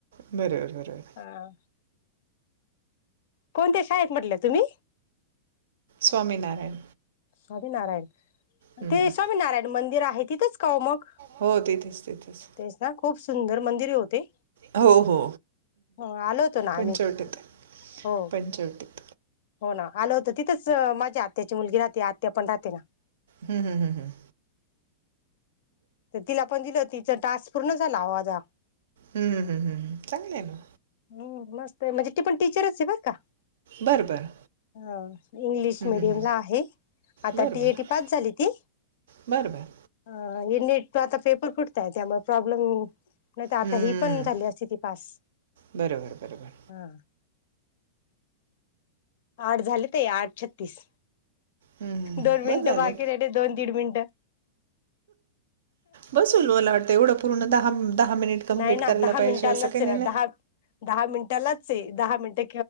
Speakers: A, on the right; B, on the left.
A: बरोबर बरोबर.
B: हा कोणत्या शाळेत म्हटलं तुम्ही
A: स्वामीनारायण
B: स्वामीनारायण.
A: हं,
B: ते
A: हं.
B: स्वामीनारायण मंदिर आहे तिथंच का मग
A: हो तिथेच तिथेच
B: तेच ना? खूप सुंदर मंदिरे ओ ते.
A: हो हो
B: हो आलो होतो ना
A: पंचवटीत
B: आम्ही हो
A: पंचवटीत.
B: हो ना आलं होतं तिथंच माझ्या आत्याची मुलगी राहते आत्या पण राहते ना
A: हम्म हम्म हम्म हम्म.
B: तर तिला पण दिलं तिच टास्क पूर्ण झाला आहो माझा
A: हम्म हम्म चांगली आहे ना.
B: हम्म मस्त आहे म्हणजे ती पण टीचरच आहे बरं का?
A: बरं बरं
B: हा इंग्लिश
A: हं,
B: मिडियम
A: हं, हं.
B: ला आहे. आता
A: बरं
B: टी
A: बरं
B: ए टी पास झाली ती.
A: बरं बरं.
B: अ हे निट च आता पेप फुटल्याय त्यामुळे प्रॉब्लेम नाही त आता
A: हं,
B: ही पण झाली असती ती पास.
A: बरोबर <unintelligible>
B: हा आठ झाले ताई आठ छत्तीस.
A: हम्म
B: दोन मिनिटं
A: बस झालं.
B: बाकी राहिले दोन तीड मिनिटं.
A: बस होर्रल मला वाटतं एवढं पूर्ण दहा दहा मिनिट कंप्लीट
B: नाही ना
A: करायला
B: दहा
A: पाहिजे
B: मिनिटांनाच
A: असं काही
B: आहे
A: नाही
B: ना दहा दहा मिनटां दहा मिनिटे